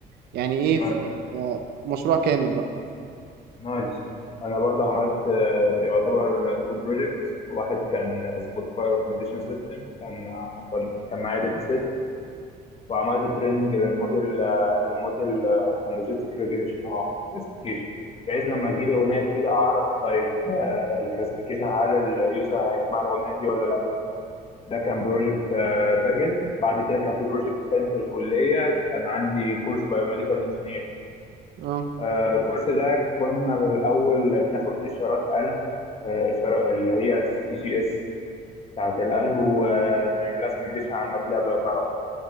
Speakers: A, on the right; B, on the left.
A: يعني ايه
B: نايس
A: ف- يعني آه، مشروع كامل بقى
B: نايس نايس. انا برضه عملت آه، يعتبر تو بروجكتس واحد كان سبوتيفاي ريكومنديشن سيستم كان آه، كان كان معايا داتا سيت وعملت تريننج للموديل آه، لموديل آه، كان لوجيستيك ريجريشن اه كلاسيفيكيشن بحيث لما اجيب اغنيه جديده اعرف طيب آه، الكلاسيفيكيشن هل اليوزر هيسمع الاغنيه دي ولا لا ده كان بروجكت آه، كاجل بعد كده كان في بروجكت تاني في الكليه كان عندي كورس بايوميديكال انجينيرنج
A: اه
B: آه، الكورس ده كنا بالأول بناخد إشارات قلب آه، إشارة اللي هي السي جي إس بتاعت القلب ونعمل لها سيميليشن على الماتلاب لو تعرف